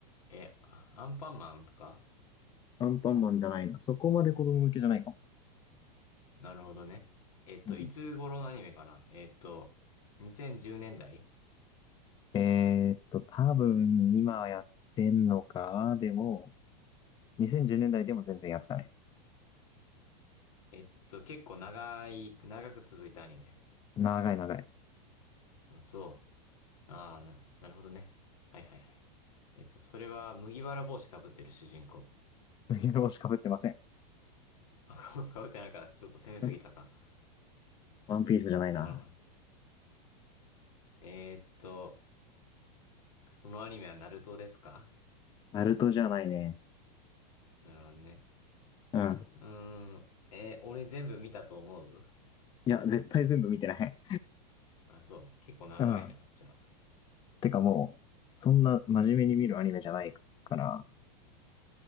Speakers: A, on the left; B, on the left.
A: え、あアンパンマンとか
B: アンパンマンじゃないな。そこまで子供向けじゃないかも。
A: なるほどね。えっと、
B: うん。
A: いつ頃のアニメかなえっと、2010年代
B: えーっと、多分今やってんのか。でも、2010年代でも全然やってたね。
A: えっと、結構長い、長く続いたアニメ。
B: 長い長い。
A: うん、そう。ああ、な、なるほどね。はいはいはい。えっと、それは麦わら帽子かぶってる主人公。
B: 麦わら帽子かぶってません。
A: あ、<laughs> かぶってないから、ちょっと攻めすぎたか。
B: うんワンピースじゃないな。
A: なるほど。えーっと、そのアニメはナルトですか
B: ナルトじゃないね。
A: なるほどね。
B: うん。
A: うーん。えー俺全部見たと思う
B: いや、絶対全部見てない。
A: あ、そう。結構長いな、
B: うん。
A: じゃ
B: てかもう、そんな真面目に見るアニメじゃないから、